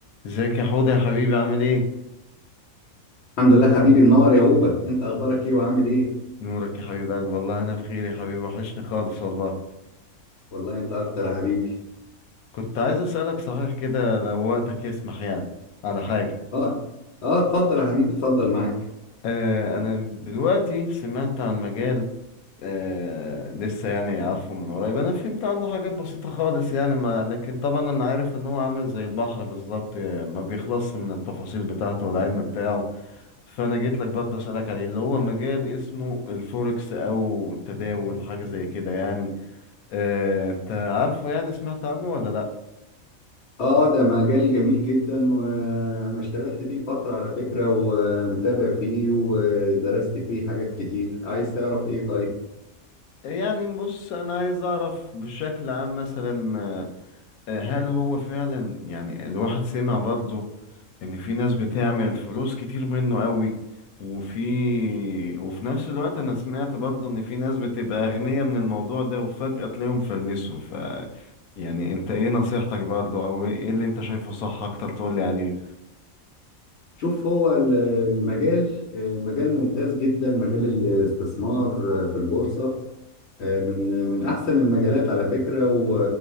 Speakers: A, on the left; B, on the left.
A: ازيك يا حوده يا حبيبي عامل ايه
B: الحمد لله حبيبي منور يا هوبا انت اخبارك ايه وعامل ايه
A: نورك يا حبيب قلبي والله انا بخير يا حبيبي وحشني خالص والله
B: والله انت اكتر يا حبيبي
A: كنت عايز اسالك صحيح كده لو وقتك يسمح يعني على حاجه
B: اه اه اتفضل يا حبيبي اتفضل معاك
A: آه انا دلوقتي سمعت عن مجال آه لسه يعني عارفه من قريب انا فهمت عنه حاجات بسيطه خالص يعني ما لكن طبعا انا عارف ان هو عامل زي البحر بالظبط آه، ما بيخلصش من التفاصيل بتاعته والعلم بتاعه فانا جيت لك برضه اسالك عليه اللي هو مجال اسمه الفوركس او التداول حاجه زي كده يعني آه، انت عارفه يعني سمعت عنه ولا لا
B: اه ده مجال جميل جدا وانا اشتغلت فيه فترة على فكرة ومتابع فيه ودرست فيه حاجات كتير عايز تعرف ايه طيب
A: يعني بص انا عايز اعرف بشكل عام مثلا آه، آه، هل هو فعلا يعني الواحد سمع برضه ان في ناس بتعمل فلوس كتير منه قوي وفي وفي نفس الوقت انا سمعت برضه ان في ناس بتبقى اغنياء من الموضوع ده وفجأة تلاقيهم فلسوا ف يعني انت ايه نصيحتك برضه او ايه اللي انت شايفه صح اكتر تقولي عليه
B: شوف هو ال- المجال آه، مجال ممتاز جدا مجال الاستثمار آه، في البورصة آه، من من احسن المجالات على فكرة و...